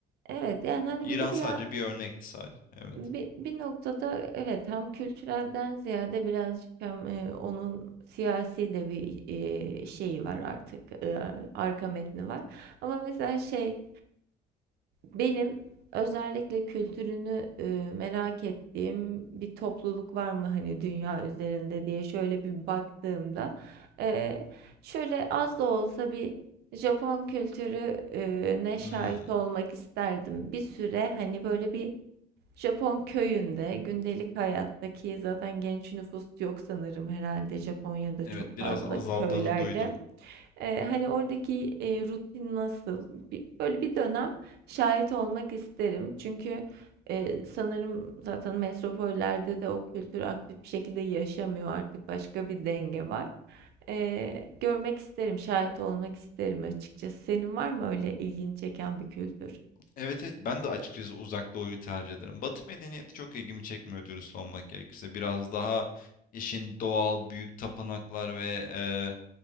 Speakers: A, on the right; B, on the left.
A: evet yani hani
B: İran
A: bir de bir
B: sadece bir örnekti sadece. Evet.
A: Bi bir noktada evet, hem kültürelden ziyade birazcık hem, eee, onun siyasi de bir, eee, şeyi var artık, eee, arka metni var. Ama mesela şey, benim özellikle kültürünü, eee, merak ettiğim bir topluluk var mı hani dünya üzerinde diye şöyle bir baktığımda, eee, şöyle az da olsa bir Japon kültürü ne şahit
B: Hmm.
A: olmak isterdim. Bir süre hani böyle bir Japon köyünde gündelik hayattaki zaten genç nüfus yok sanırım herhalde Japonya'da
B: Evet
A: çok fazla
B: biraz azaldığını
A: köylerde.
B: duydum.
A: Ee, hani oradaki e, rutin nasıl? Bir- böyle bir dönem şahit olmak isterim. Çünkü e, sanırım zaten metropollerde de o kültür aktif bir şekilde yaşamıyor artık başka bir denge var. Ee, görmek isterim, şahit olmak isterim açıkçası. Senin var mı öyle ilgini çeken bir kültür?
B: Evet evet ben de açıkçası uzak doğuyu tercih ederim. Batı medeniyeti çok ilgimi çekmiyor dürüst olmak gerekirse. Biraz daha işin doğal büyük tapınaklar ve eee,